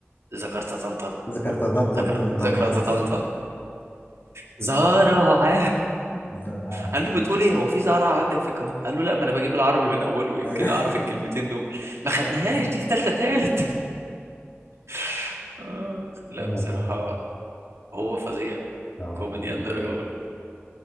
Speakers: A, on the right; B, on the left.
A: ذكرت طنطن
B: ذكرت طن طن
A: ذكرى
B: طن طن
A: ذكرى
B: طن.
A: طنطن زهرة <laughs>
B: دراك
A: قال له بتقول ايه هو في زهرة عندك في الجواب قال له لا ما انا بجيب العربي من اوله يمكن
B: ايوه
A: اعرف الكلمتين دول ما خدناهاش
B: <laughs> عارف
A: دي في تالتة تالت <laughs> آخ، لا
B: لا
A: بصراحة هو فظيع
B: لا والله
A: كوميديان درجة أولى